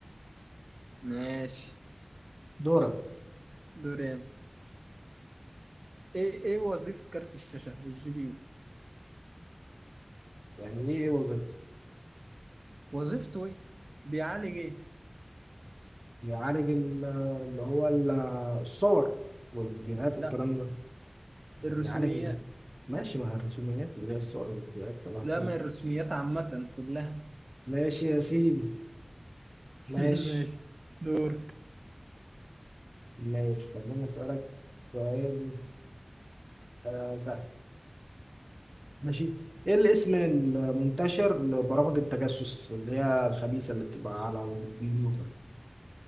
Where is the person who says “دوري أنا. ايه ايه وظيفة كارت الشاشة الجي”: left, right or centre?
Right